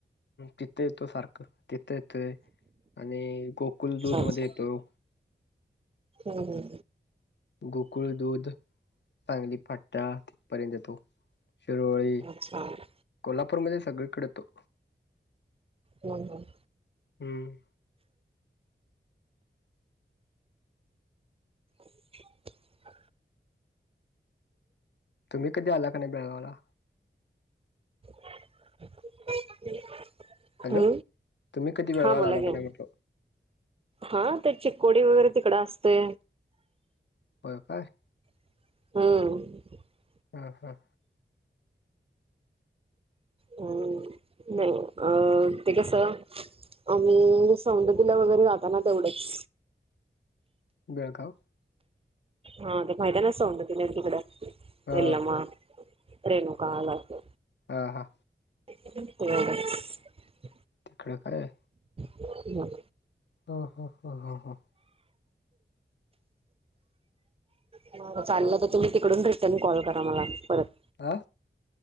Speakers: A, on the left; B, on the right.
A: तिथे येतो सारखं तिथे येतोय आणि गोकुळदूध
B: अच्छा
A: मध्ये येतो.
B: होय
A: गोकुळ दूध सांगली फाट्टा तिथपर्यंत येतो. शिरोळी,
B: अच्छा हम्म
A: कोल्हापूर मध्ये सगळीकडे येतो.
B: हम्म
A: हम्म
B: <inaudible>
A: तुम्ही कधी आला क नाही बेळगावला
B: <unintelligible>
A: हॅलो
B: ह
A: तुम्ही कधी बेळगावला
B: हां बोला
A: आला
B: की
A: का नाही म्हटलं
B: हा तर चिकोडी वगैरे तिकड असतय
A: बय काय?
B: हम
A: हम हा
B: अ नाही अ ते कसं आम्ही सौंदतीला वगैरे जाताना तेवढेच
A: बेळगाव
B: हा मैदान अस उड दि त कड
A: हा
B: एल म रेनुकाल अस
A: हा हा
B: क <inaudible>
A: तिकडं काय आहे
B: हम
A: हा हा हा हा हा
B: तरथ चाललं तर तुम्ही तिकडून रिटर्न कॉल करा मला परत
A: आ